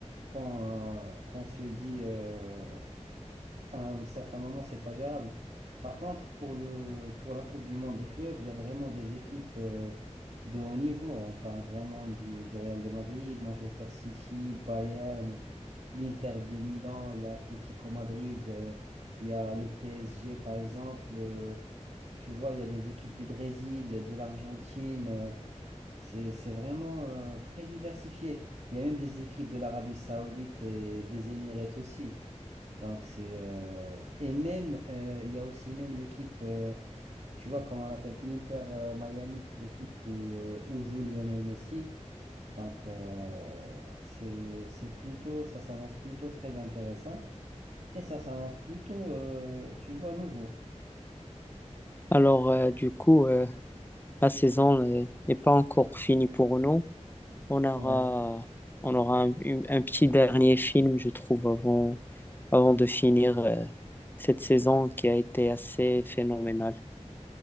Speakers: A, on the right; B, on the left.
A: quand, euh, quand on se dit euh, à un certain moment, c'est pas gérable. Par contre, pour le, pour la Coupe du Monde des clubs, il y a vraiment des équipes euh, de haut niveau. On parle vraiment du, du Real de Madrid, Manchester City, Bayern l'Inter de Milan, il y a Atlético Madrid, euh, il y a le PSG par exemple. euh, tu vois, il y a des équipes du Brésil, de l'Argentine. euh, c'est, c'est vraiment euh, très diversifié. Il y a même des équipes de l'Arabie Saoudite et des Émirats aussi. Donc c'est euh, et même euh, il y a aussi même l'équipe euh, tu vois comment on l'appelle l'Inter euh, Miami l'équipe où, euh, où joue Lionel Messi donc euh, c'est c'est plutôt ça s'annonce plutôt très intéressant et ça s'annonce plutôt, euh, tu vois, nouveau.
B: Alors, euh, du coup, euh, la saison euh, n'est pas encore finie pour nous. On aura,
A: Ouais.
B: on aura un, une- un petit dernier film, je trouve, avant, avant de finir euh, cette saison qui a été assez phénoménale.